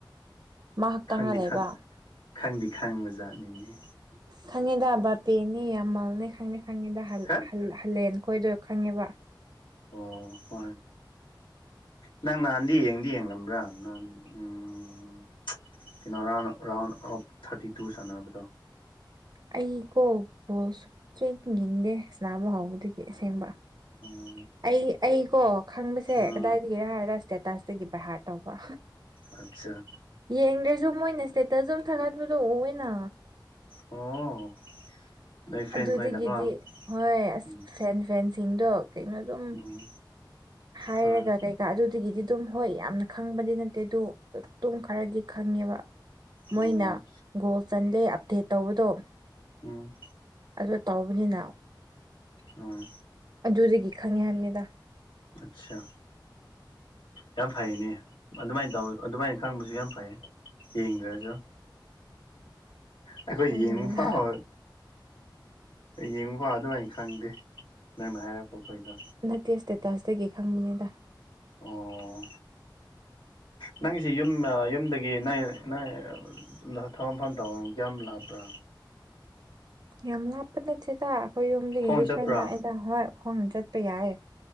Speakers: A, on the right (about 50°); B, on the left (about 85°).
A: ꯃꯥ ꯈꯛꯇꯪꯅ
B: ꯈꯪꯗꯤ
A: ꯂꯩꯕ
B: ꯈꯪ ꯈꯪꯗꯤ ꯈꯪꯕ ꯖꯥꯠꯅꯤꯅꯦ꯫
A: ꯈꯪꯉꯦꯗ ꯕꯥꯄꯦꯅꯦ ꯌꯥꯝꯃꯜꯅꯦ ꯈꯪꯉꯦ ꯈꯪꯉꯦꯗ ꯍꯜ
B: ꯍꯠ
A: ꯍꯜ ꯍꯜꯂꯦꯟ ꯈꯣꯏꯗꯣ ꯈꯪꯉꯦꯕ꯫
B: ꯑꯣ ꯍꯣꯏ꯫ ꯅꯪ ꯅꯍꯥꯟꯗꯤ ꯌꯦꯡꯗꯤ ꯌꯦꯡꯂꯝꯕ꯭ꯔꯥ ꯅꯪ ꯎꯝ ꯎꯝ ꯀꯩꯅꯣ round round of thirty two ꯁꯥꯟꯅꯕꯗꯣ꯫
A: ꯑꯩ ꯀꯣ ꯕꯣꯜꯁ ꯆꯦꯛ ꯌꯦꯡꯗꯦ ꯁꯅꯥꯕ ꯍꯥꯎꯕꯗꯒꯤ ꯑꯁꯦꯡꯕ꯫
B: ꯎꯝ꯫
A: ꯑꯩ ꯑꯩ ꯀꯣ ꯈꯪꯕꯁꯦ
B: ꯑꯥ
A: ꯀꯗꯥꯏꯗꯒꯤꯔ ꯍꯥꯏꯔ ꯏꯁꯇꯦꯇꯁꯇꯒꯤ ꯕꯥꯍꯥꯔꯠ ꯇꯧꯕ꯫
B: ꯑꯆꯥ꯫
A: ꯌꯦꯡꯗ꯭ꯔꯁꯨ ꯃꯣꯏꯅ ꯏꯁ꯭ꯇꯦꯇꯁ ꯑꯗꯨ ꯊꯥꯒꯠꯄꯤꯗꯨ ꯎꯋꯦꯅꯥ꯫
B: ꯑꯣ꯫ ꯅꯣꯏ ꯐ꯭ꯔꯦꯟ
A: ꯑꯗꯨꯗꯒꯤꯗꯤ
B: ꯈꯣꯏꯗꯀꯣ
A: ꯍꯣꯏ ꯑꯁ
B: ꯎꯝ
A: ꯐꯦꯟ ꯐꯦꯟꯁꯤꯡꯗꯣ ꯀꯩꯅꯣ ꯑꯗꯨꯝ
B: ꯎꯝ꯫
A: ꯍꯥꯏꯔꯒ
B: ꯍꯣꯏ
A: <unintelligible> ꯑꯗꯨꯗꯒꯤꯗꯤ ꯑꯗꯨꯝ ꯍꯣꯏ ꯌꯥꯝꯅ ꯈꯪꯕꯗꯤ ꯅꯠꯇꯦ ꯑꯗꯨ ꯇꯨꯡ ꯈꯔꯗꯤ ꯈꯪꯉꯦꯕ꯫ ꯃꯣꯏꯅ
B: ꯑꯣ
A: ꯒꯣꯜ ꯆꯜꯂꯦ ꯑꯞꯗꯦꯠ ꯇꯧꯕꯗꯣ
B: ꯎꯝ
A: ꯑꯗꯨ ꯇꯧꯕꯅꯤꯅ
B: ꯍꯣꯏ꯫
A: ꯑꯗꯨꯗꯒꯤ ꯈꯪꯉꯦ ꯍꯥꯏꯕꯅꯤꯗ
B: ꯑꯠꯁꯥ ꯌꯥꯝ ꯐꯩꯅꯦ ꯑꯗꯨꯃꯥꯏꯟ ꯇꯧ ꯑꯗꯨꯃꯥꯏꯟ ꯈꯪꯕꯁꯨ ꯌꯥꯝ ꯐꯩ ꯌꯦꯡꯗ꯭ꯔꯁꯨ ꯑꯩꯈꯣꯏ
A: ꯈꯪꯕꯅꯤꯗ
B: ꯌꯦꯡꯕꯐꯥꯎ ꯌꯦꯡꯕꯥꯐꯧ ꯑꯗꯨꯃꯥꯏꯅ ꯈꯪꯗꯦ ꯅꯪꯅ ꯍꯥꯏꯔꯛꯄꯈꯣꯏꯗꯣ
A: ꯅꯠꯇꯦ ꯁ꯭ꯇꯦꯇꯥꯁꯇꯒꯤ ꯈꯪꯕꯅꯤꯗ
B: ꯑꯣ ꯅꯪꯒꯤꯁꯦ ꯌꯨꯝ ꯌꯨꯝꯗꯒꯤ ꯅꯪ ꯊꯕꯛ ꯃꯐꯝ ꯇꯧ ꯀꯌꯥꯝ ꯂꯥꯞꯄ꯭ꯔꯥ꯫
A: ꯌꯥꯝ ꯂꯥꯞꯄ ꯅꯠꯇꯦꯗ ꯑꯩꯈꯣꯏ ꯌꯨꯝꯗꯒꯤꯗꯤ
B: ꯈꯣꯡ ꯆꯠꯄ꯭ꯔꯥ
A: ꯈꯔ ꯅꯥꯛꯑꯦꯗꯥ ꯍꯣꯏ ꯈꯣꯡꯅ ꯆꯠꯄ ꯌꯥꯏ꯫